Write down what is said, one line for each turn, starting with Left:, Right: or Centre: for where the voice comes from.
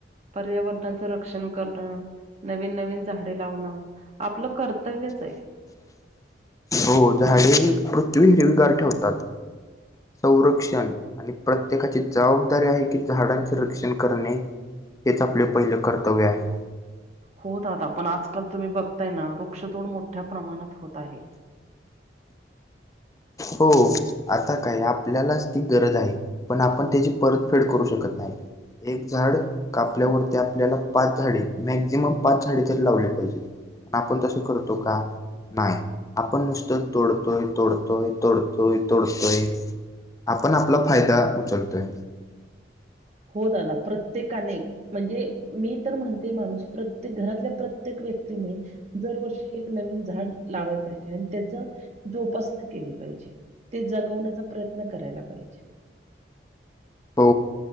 Right: पर्यावरणाचं रक्षण करणं नवीन नवीन झाडे लावणं आपलं कर्तव्यच आहे.
Left: हो झाडे ही पृथ्वी हिरवीगार ठेवतात संरक्षण. आणि प्रत्येकाची जबाबदारी आहे की झाडांचे रक्षण करणे. तेच आपले पहिले कर्तव्य आहे.
Right: हो दादा पण आजकाल तुम्ही बघताय ना वृक्षतोड मोठ्या प्रमाणात होत आहे.
Left: हो आता काय आपल्यालाच ती गरज आहे. पण आपण त्याची परत फेड करू शकत नाही एक झाड. कापल्यावरती आपल्याला पाच झाडे मॅक्झिमम पाच झाडे तरी लावली पाहिजेत. आपण तसं करतो का नाही आपण नुसतं तोडतोय तोडतोय. तोडतोय तोडतोय आपण आपला फायदा उचलतोय.
Right: हो दादा प्रत्येकाने, म्हणजे मी तर म्हणते माणूस प्रत्येक घरातल्या प्रत्येक व्यक्तीने. दरवर्षी एक नवीन झाड लावाय पाहिजे आणि त्याच जोपासना केली पाहिजे. ते जगवण्याचा प्रयत्न करायला पाहिजे,
Left: हो